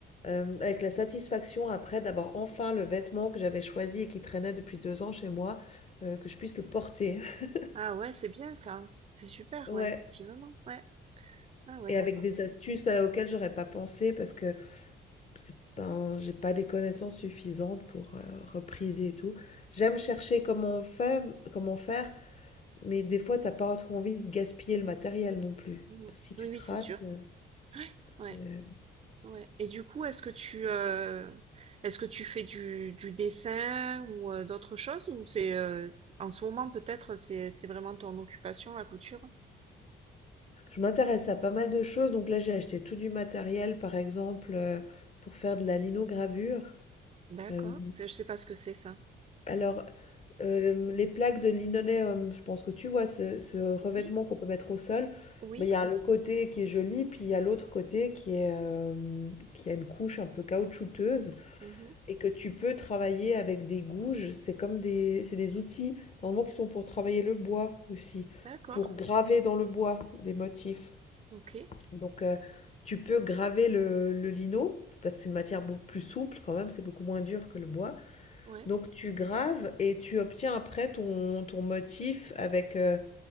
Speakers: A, on the left; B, on the right.
A: euh, avec la satisfaction après d'avoir enfin le vêtement que j'avais choisi et qui traînait depuis deux ans chez moi, euh, que je puisse le porter. <laughs>
B: Ah ouais, c'est bien ça. C'est super,
A: Ouais.
B: ouais, effectivement. Ouais. Ah ouais,
A: Et
B: d'accord.
A: avec des astuces euh, auxquelles j'aurais pas pensé parce que c'est pas, j'ai pas des connaissances suffisantes pour euh, repriser et tout. J'aime chercher comment on fait, comment faire, mais des fois, t'as pas trop envie de gaspiller le matériel non plus.
B: Mhm.
A: Si tu
B: Oui,
A: te
B: oui, c'est
A: rates,
B: sûr.
A: euh,
B: Ouais,
A: c'est-
B: ouais, ouais. Et du coup, est-ce que tu, euh, est-ce que tu fais du, du dessin ou euh, d'autres choses? Ou c'est, euh, c- en ce moment, peut-être, c'est, c'est vraiment ton occupation, la couture?
A: je m'intéresse à pas mal de choses. Donc là, j'ai acheté tout du matériel, par exemple, euh, pour faire de la linogravure.
B: D'accord.
A: Euh,
B: C'est- Je sais pas ce que c'est ça.
A: alors, Euh, les plaques de linoléum, je pense que tu vois ce, ce revêtement
B: Oui,
A: qu'on peut mettre au sol,
B: oui.
A: mais il y a le côté qui est joli, puis il y a l'autre côté qui est euh, qui a une couche un peu caoutchouteuse
B: Mhm.
A: et que tu peux travailler avec des gouges. C'est comme des c'est des outils normalement qui sont pour travailler le bois aussi,
B: D'accord.
A: pour graver dans le bois des motifs.
B: Ok.
A: Donc euh, tu peux graver le, le lino parce que c'est une matière beaucoup plus souple quand même, c'est beaucoup moins dur que le bois.
B: Ouais.
A: Donc tu graves et tu obtiens après ton, ton motif avec euh,